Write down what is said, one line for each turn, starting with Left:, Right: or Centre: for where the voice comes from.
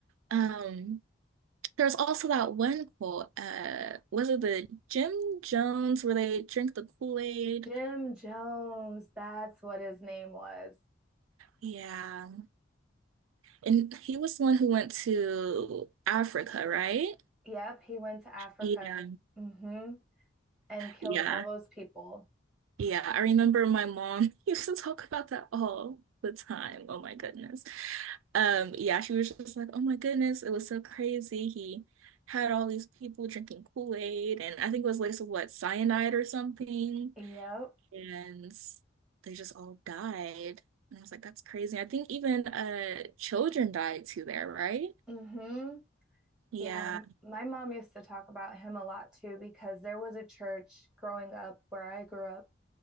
Right: Um, There's also that one quote, uh, was it the Jim Jones where they drink the Kool-Aid?
Centre: Jim Jones, that's what his name was.
Right: Yeah. And he was the one who went to Africa, right?
Centre: Yep, he went to Africa.
Right: Yeah.
Centre: mm hmm And killed
Right: Yeah.
Centre: all those people.
Right: Yeah. I remember my mom <laughs> used to talk about that all the time. Oh my goodness. Um, yeah, she was just like, oh my goodness, it was so crazy. He had all these people drinking Kool-Aid, and I think it was like some what cyanide or something.
Centre: Yep.
Right: and they just all died. And I was like, that's crazy. I think even uh children died too there, right?
Centre: mm hmm
Right: Yeah.
Centre: Yeah, my mom used to talk about him a lot too because there was a church growing up where I grew up